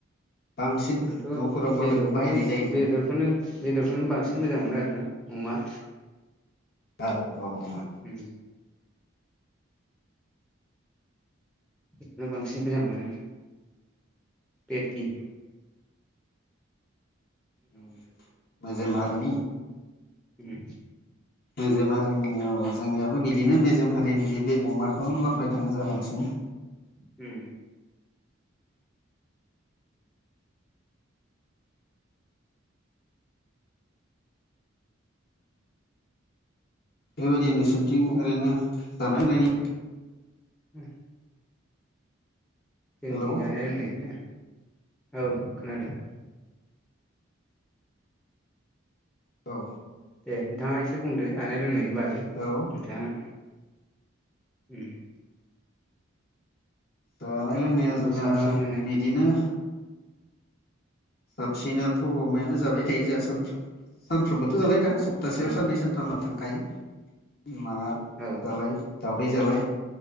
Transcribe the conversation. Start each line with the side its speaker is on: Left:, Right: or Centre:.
Left: बांसिन
Centre: आंथ'
Left: न'फोराव माबेखौ
Centre: बेदरखौनो
Left: बाहायनाय जायो जोङो
Centre: बेरखौनो बेदरखौनो बांसिन मोजां मोनो आरोना अमा
Left: औ अमा
Centre: उम बिदिनो बांसिन फोजां मोनो बेकि
Left: ओम मजे मारिनि
Centre: उम
Left: मेजेम हारिनियाव जोंनियाबो बिदिनो मेजेम हारिनि बेगमाखौ लाबलाय थाङो जों बांसिन
Centre: उम
Left: बेबायदि नोंसोरनिथिं ओरैनो जानाय लोंनायनि
Centre: उम जोंनिथिं
Left: हेलौ
Centre: जानाय लोंनायनि औ खोनादों
Left: औ
Centre: दे नोंथाङा एसे बुंदो जानाय लोंनायनि बागै नोंथाङा
Left: हेलौ
Centre: उम
Left: जानाय लोंनाया
Centre: माखौ
Left: जोङो
Centre: साबसिन मोनो
Left: बिदिनो साबसिनाथ' अमायानो जाबाय थायो जोंहा सानफ सानफ्रामबोथ' जाबाय थांया सप्तासेयाव
Centre: उम
Left: साननै सानथामा थांखायो ना
Centre: औ
Left: जालाय दावदै जालाय